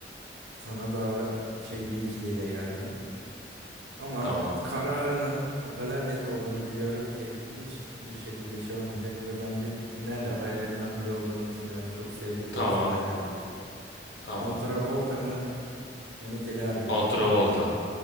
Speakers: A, on the right; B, on the left.
A: sana daha şey bir ikiliyle geldim. Ama
B: Tamam.
A: kararının o kadar net olduğunu biliyorum ki hiçbir şekilde şey olmayacak ve bence final adaylarından biri olduğunu düşünüyorum. Çok sevdiğim
B: Tamam.
A: bir isimle geldim.
B: Tamam.
A: Kontravolta mı? Mehmet Ali Erbil
B: Kontravolta.
A: mi?